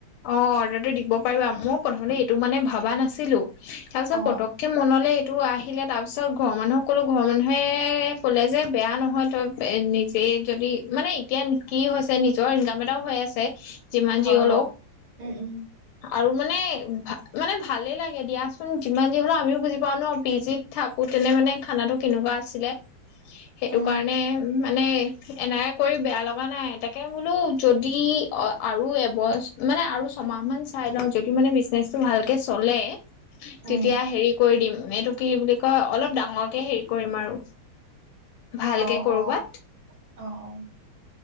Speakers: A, on the left (about 80°); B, on the right (about 65°).
A: অ' অৰ্ডাৰটো দিব পাৰিবা, মই প্ৰথমতে এইটো মানে ভবা নাছিলো। তাৰ পিছত
B: অ
A: পতক টে মনলৈ এইটো আহিলে, তাৰপিছত, ঘৰৰ মানুহক ক'লো, ঘৰৰ মানুহে ক'লে যে, বেয়া নহয় তই এ, নিজেই যদি, মানে এতিয়া কি হৈছে, নিজৰ ইনকাম এটাও হৈ আছে যিমান যি
B: হয়
A: হলেও
B: বাৰু, উম, উম।
A: আৰু মানে, মানে ভালেই লাগে দিয়াচোন, যিমান যি হ'লেও আমিও বুজি পাওঁ ন, পিজিত থাকোঁ, তেনে মানে, খানাটো কেনেকুৱা আছিলে? সেইটো
B: উম
A: কাৰণে মানে, এনেকুৱা কৰি বেয়া লগা নাই। তাকে বোলো যদি, অ' আৰু এবছ, মানে আৰু ছমাহ মান চাই লওঁ, যদি মানে, বিজনেচটো ভালকে চলে তেতিয়া
B: উম
A: হেৰি কৰি দিম, এইটো কি বুলি কয়, অলপ ডাঙৰকে হেৰি কৰিম আৰু, ভালকে
B: অ
A: কৰবাত
B: অ অ', অ',